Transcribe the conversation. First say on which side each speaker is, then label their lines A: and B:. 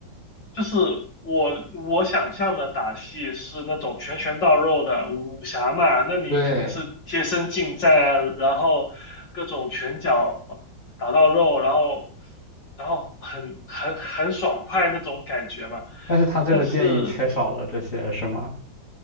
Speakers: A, on the left; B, on the left.
A: 就是我我想象的打戏是那种拳拳到肉的武武侠嘛，那你肯定是贴身近战啊然后各种拳脚
B: 对，
A: 打到肉，然后然后很很很爽快那种感觉嘛，
B: 但是他这个电影缺少了这些是吗？
A: 但是